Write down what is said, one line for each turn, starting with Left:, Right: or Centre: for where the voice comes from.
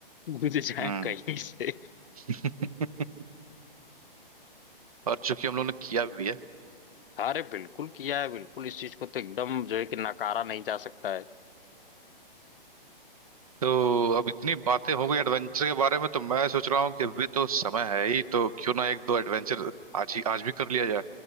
Left: कूद जाए
Right: हम्म
Left: कहीं से
Right: <laughs> और चूंकि हम लोग ने किया भी है
Left: अरे बिल्कुल किया है बिल्कुल इस चीज को तो एकदम जो है कि नकारा नहीं जा सकता है
Right: तो अब इतनी बातें हो गई एडवेंचर के बारे में तो मैं सोच रहा हूँ कि अभी तो समय है ही तो क्यों ना एक दो एडवेंचर आज ही आज भी कर लिया जाए